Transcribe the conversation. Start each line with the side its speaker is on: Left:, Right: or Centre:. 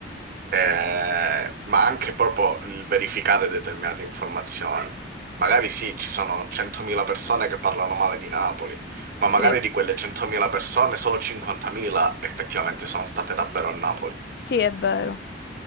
Right: Eh, ma anche proprio il verificare determinate informazioni. Magari sì, ci sono 100.000 persone che parlano male di Napoli, ma
Left: sì,
Right: magari di quelle 100.000 persone solo 50.000 effettivamente sono state davvero a Napoli.
Left: sì, è vero.